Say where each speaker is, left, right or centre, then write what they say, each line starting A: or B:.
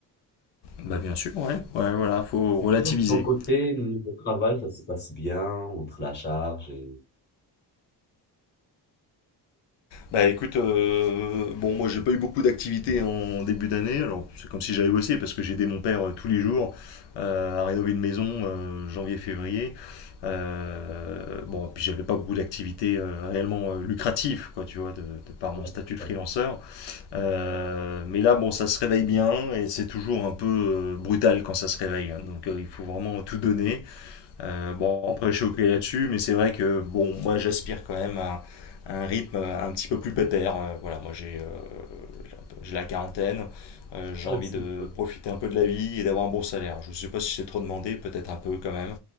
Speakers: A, on the left; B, on the left.
A: Bah bien sûr, ouais. Ouais, voilà, faut relativiser.
B: Sinon, de ton côté, niveau travail, ça se passe bien entre la charge et...
A: Bah écoute, euh, bon moi j'ai pas eu beaucoup d'activités en début d'année, alors c'est comme si j'avais bossé parce que j'ai aidé mon père euh, tous les jours euh, à rénover une maison euh, janvier-février. Euh, bon, puis j'avais pas beaucoup d'activités euh, réellement euh, lucratives, quoi, tu vois, de, de par mon
B: Ouais,
A: statut de
B: ça
A: freelanceur. Euh, mais là, bon, ça se réveille bien et c'est toujours un peu euh, brutal quand ça se réveille. hein. donc euh, il faut vraiment tout donner euh, bon, après, je suis OK là-dessus, mais c'est vrai que, bon, moi, j'aspire quand même à, à un rythme un petit peu plus pépère. Euh, voilà, moi, j'ai euh, j'ai un peu- j'ai la quarantaine, euh, j'ai
B: aussi.
A: envie de
B: ouais.
A: profiter un peu de la vie et d'avoir un bon salaire. Je ne sais pas si c'est trop demandé, peut-être un peu quand même.